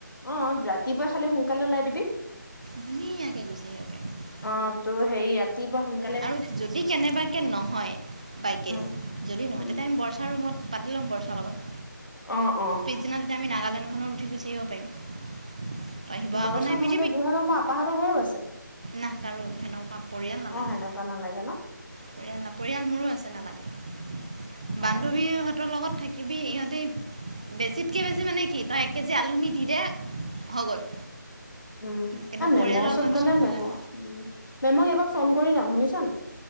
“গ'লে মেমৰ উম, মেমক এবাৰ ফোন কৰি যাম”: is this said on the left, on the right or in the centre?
Left